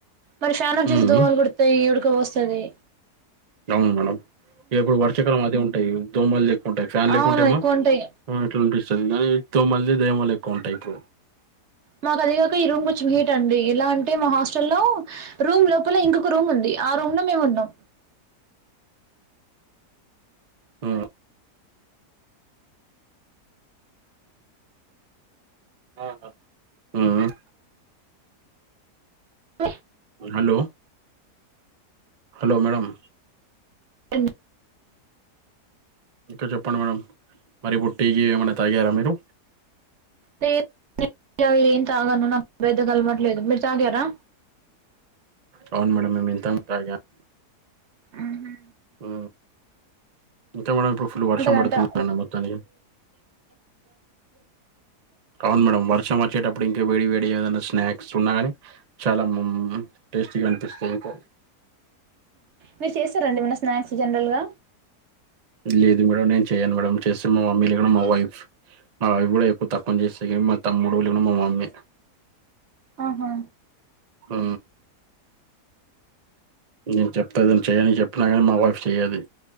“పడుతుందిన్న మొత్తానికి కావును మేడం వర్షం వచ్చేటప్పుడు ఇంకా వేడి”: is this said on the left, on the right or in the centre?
Right